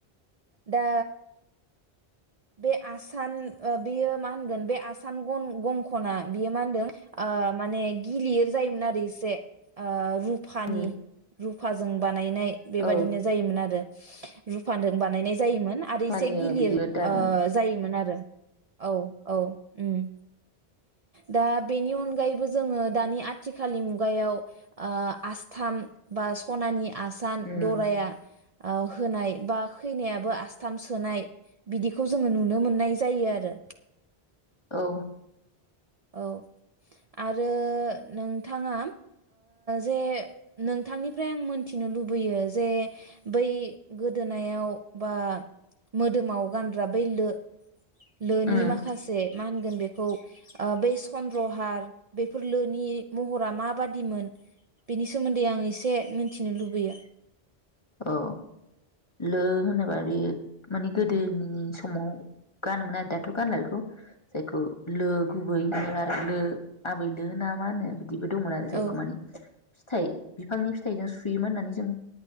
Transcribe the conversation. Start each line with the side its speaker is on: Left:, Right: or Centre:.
Right: दा बे आसाना आसान बियो मा होनगोन बे आसान गंखना बियो मा होनदों माने गिलिर जायोमोन आरो एसे रुप फानि
Left: उम
Right: रुफा जों नायनाय बेबादिनो
Left: औ
Right: जायोमोन आरो रुफा जों बानायनाय जायोमोन आरो
Left: फानियो
Right: एसे गिलिर
Left: बिदि
Right: ओ
Left: दान उम
Right: जायोमोन आ औ औ। ओम दा बेनि अनगायैबो जोंङो दानि आथिखालनि मुगायाव आसथाम बा सनानि आसान
Left: उम
Right: दराया होनाय बा खैनायाबो आसथाम सोनाय बिदिखौ जोंङो नुनो मोननाय जायो आरो।
Left: औ
Right: औ आरो नोंथाङा जे नोंथांनिफ्राय आं मोनथिनो लुबैयो जे बै गोदोनायाव बा मोदोमाव गानग्रा बै लो लोनि
Left: उम
Right: माखासे मा होनगोन बेखौ बे चन्द्रहार बेफोर लोनि महरा माबादिमोन बिनि सोमोन्दै आं एस इसे मिथिनो लुबैयो।
Left: औ लो होनोबा बे माने गोदोनि समाव गानोमोन आरो दाथ' गानला बेखौ। जायखौ लो गुबै हो आरो आबै लो ना मा होनो? बिदिबो दंमोन आरो जायख
Right: औ
Left: मानि। फिथाइ बिफांनि फिथाइजों सुयोमोन होननानै जों